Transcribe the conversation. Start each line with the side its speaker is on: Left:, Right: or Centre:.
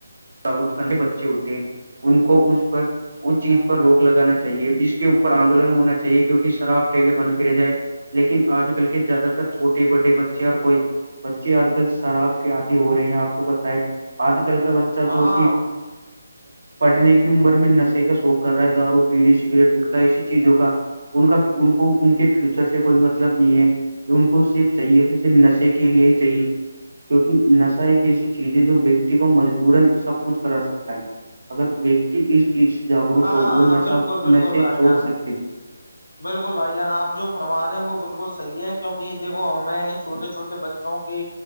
Right: جاگگرت کرنے بچے ہوتے ہیں ان کو اس پر اس چیز پر روک لگانا چاہیے اس کے اوپر آندولن ہونا چاہیے کیوںک شراب ٹگے بند کرے جائے لیکن آج کل کے زیادہ تر چھوٹے بڑے بچے اور کوئی بچے آج کل شراب کے آدی ہو رہے ہیں آپ کو پت ہے آج کل کا ب ب
Left: ہاں
Right: جو کہ
Left: ہاں
Right: پڑھنے کی عمر میں نشے کا شوق کر رہا ہے دارو بیڑی سگریٹ بٹکا ایسی چیزوں کا ان کا ان کو ان کے فیوچر سے کوئی مطلب نہیں ہے کہ ان کو صرف چاہیے تو صرف نشے کے لیے ہی چاہیے نش ایک ایسی چیز ہے جو ویاکتیت کو مجبو <unintelligible> کچھ کر سکتا ہے اگر د اس چیز سے جاگروک
Left: ہاں
Right: ہو وہ نش
Left: بالکل بالکل
Right: نشے
Left: بھائی
Right: چھوڑ
Left: جان
Right: سکتے
Left: بالکل بھائی جان آپ جو فرما رہے ہیں وہ بالکل صحیح ہے کیونکہ دھو ہمیں چھٹے چوٹے بچے وں کی